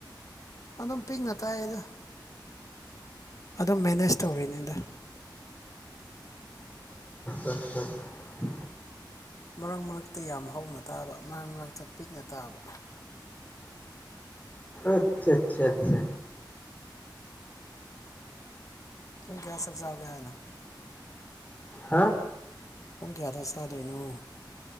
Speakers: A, on the left (about 45°); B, on the left (about 20°).
A: ꯑꯗꯨꯝ ꯄꯤꯛꯅ ꯇꯥꯏꯌꯦꯗ ꯑꯗꯨꯝ ꯃꯦꯅꯦꯖ ꯇꯧꯔꯤꯅꯦꯗ
B: ꯑ
A: ꯃꯔꯛ ꯃꯔꯛꯇ ꯌꯥꯝ ꯍꯧꯅ ꯇꯥꯕ ꯃꯔꯛ ꯃꯔꯛꯇ ꯄꯤꯛꯅ ꯇꯥꯕ
B: ꯑꯆꯥ ꯑꯆꯥ ꯑꯆꯥ
A: ꯇꯨꯡ ꯀꯌꯥ ꯁꯖꯥꯕꯌꯥ ꯍꯥꯏꯅ
B: ꯍꯥ
A: ꯄꯨꯡ ꯀꯌꯥꯗ ꯆꯥꯗꯣꯏꯅꯣ